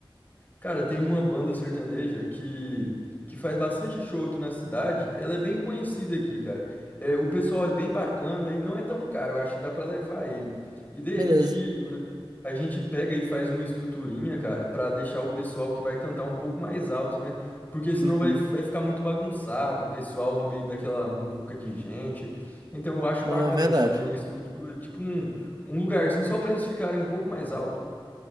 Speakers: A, on the left; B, on the right.
A: Cara, tem uma banda sertaneja que, que faz bastante show aqui na cidade. Ela é bem conhecida aqui, cara. É, o pessoal é bem bacana e não é tão caro. Eu acho que dá pra levar ele. E daí
B: Beleza.
A: a gente, a gente pega e faz uma estruturinha, cara, pra deixar o pessoal que vai cantar um pouco mais alto, né? Porque senão
B: Uhum.
A: vai, vai ficar muito bagunçado, o pessoal no meio daquela muvuca de gente. Então eu acho
B: Não,
A: bacana
B: é verdade.
A: a gente fazer uma estrutura, tipo um, um lugarzinho só pra eles ficarem um pouco mais alto.